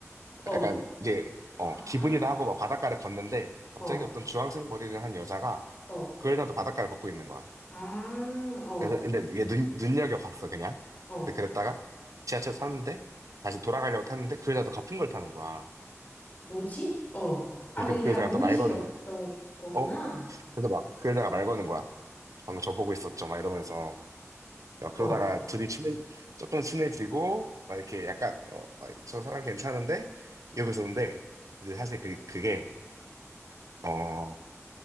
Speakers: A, on the left; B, on the right.
A: 어,
B: 약간 이제 어
A: 아,
B: 기분이다 하고 막 바닷가를 걷는데 갑자기
A: 어,
B: 어떤 주황색 머리를 한 여자가
A: 어.
B: 그 여자도 바닷가를 걷고 있는 거야.
A: 아, 어,
B: 그래서- 근데 이게 눈, 눈여겨봤어 그냥.
A: 어.
B: 근데 그랬다가 지하철 탔는데 다시 돌아가려고 탔는데 그 여자도 같은 걸 타는 거야.
A: 뭐지? 어. 아,
B: 음,
A: 그게
B: 그래서 그
A: 다
B: 여자가
A: 무의식이었던
B: 또 말 거는 거야.
A: 거구나.
B: 어, 어. 어. 그래서 막 그 여자가 말 거는 거야. 방금 저 보고 있었죠 막 이러면서 막 그러다가
A: 어,
B: 둘이 친해 조금 친해지고 막 이렇게 약간 어, 막저 사람 괜찮은데 이러고 있었는데 근데 사실 그, 그게 어